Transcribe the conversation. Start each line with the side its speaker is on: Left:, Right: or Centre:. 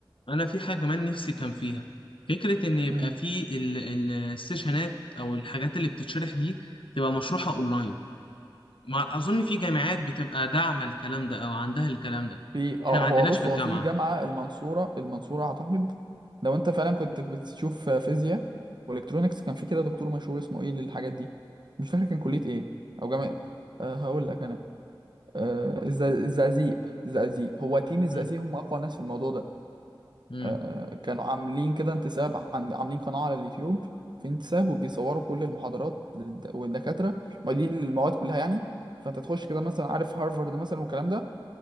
Left: انا في حاجه كمان نفسي كان فيها فكره ان يبقى
Right: امم
Left: في ال- ال- السيشنات او الحاجات اللي بتتشرح دي تبقى مشروحه اونلاين مع اظن في جامعات بتبقى داعمه الكلام ده او عندها الكلام ده
Right: في اه
Left: احنا ما عندناش
Right: هو بص
Left: في
Right: هو
Left: الجامعه
Right: في جامعه المنصوره المنصوره اعتقد لو انت فعلا كنت بتشوف فيزياء والكترونكس كان في كده دكتور مشهور اسمه ايه للحاجات دي مش فاكر كان كليه ايه او جامعه أه هقول لك انا أه الز- الزقازيق الزقازيق هو تيم الزقازيق
Left: امم
Right: هم اقوى ناس في الموضوع ده
Left: امم
Right: آه، كانوا عاملين كده انتساب عن- عاملين قناة على اليوتيوب في انتساب وبيصوروا كل المحاضرات للد- والدكاترة معيدين المواد كلها يعني فانت تخش كده مثلا عارف هارفارد مثلا والكلام ده